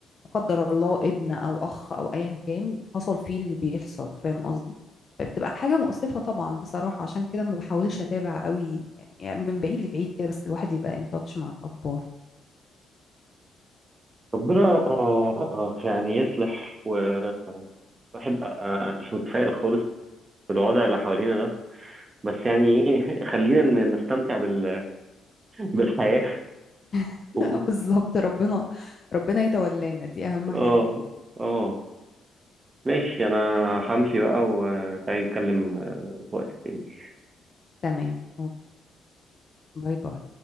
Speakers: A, on the left; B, on the right.
A: قدر الله ابن أو أخ أو أيا كان حصل فيه اللي بيحصل فاهم قصدي؟ فبتبقى حاجة مؤسفة طبعا بصراحة عشان كده ما بحاولش أتابع قوي يعني يعني من بعيد لبعيد كده بس الواحد يبقى ان تاتش مع الأخبار
B: ربنا آه، يعني يصلح وواحد بقى مش متفائل خالص بالوضع اللي حوالينا ده بس يعني ايه خلينا ن- نستمتع بال... بالحياة
A: <laughs>
B: و-
A: بالظبط ربنا ربنا يتولانا دي أهم حاجة
B: اه اه ماشي انا همشي بقى وتعالي نتكلم آه، في وقت تاني
A: تمام أوكي. باي باي